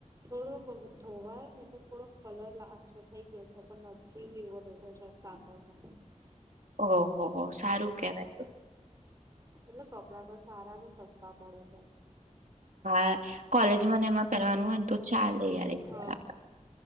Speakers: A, on the right; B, on the right.
A: થોડું <unintelligible> જોવાનું ને એટલે થોડો કલર આછો થઈ ગયો છે પણ નજી એવો એવો છે કાપડનો.
B: ઓહ હો સારું કેવાય.
A: એટલે કપડાં તો સારા ને સસ્તા મળે છે.
B: હા કોલેજમાંને એમાં પહેરવાનું હોય તો ચાલે. યાર એક
A: હ.
B: વાર